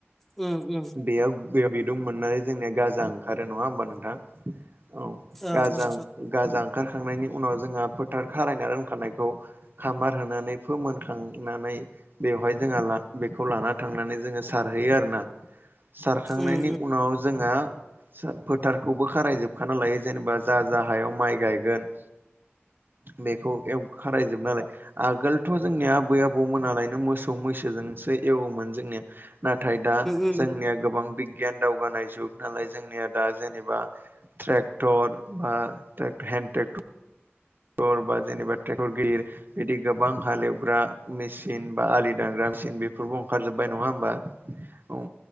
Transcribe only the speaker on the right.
बेयाव बे बिदुं मोननानै जोंनिया गाजा ओंखारो नङा होमबा नोंथां। औ
गाजा
गाजा ओंखारखांनायनि उनाव जोंहा फोथार खारायना दोनखानायखौ खामार होनानै फोमोनखांनानै बेवहाय जोंहा ला बेखौ लाना थांनानै जोङो सारहैयो आरोना। सारखांनायनि
उनाव जोंहा सार फोथार खौबो खारायजोबखाना लायो जेनेबा जा जा हायाव माइ गायगोन। बेखौ एव खारायजोबनानै आगोलथ' जोंनि आबै आ‌ बौमोननालायनो मोसौ मैसोजोंसो एवोमोन जोंनिया। नाथाय दा
जोंनिया गोबां बिगियान दावगानाय जुग नालाय जोंनिया दा जेने बा ट्रेकथर बा हेन्द ट्रेकटर टर बा जेनेबा ट्रेकटर गिदिर बिदि गोबां हालेवग्रा मेचिन बा आलि दानग्रा मेचिन बेफोरबो ओंखारजोबबाय नङा होमबा? औ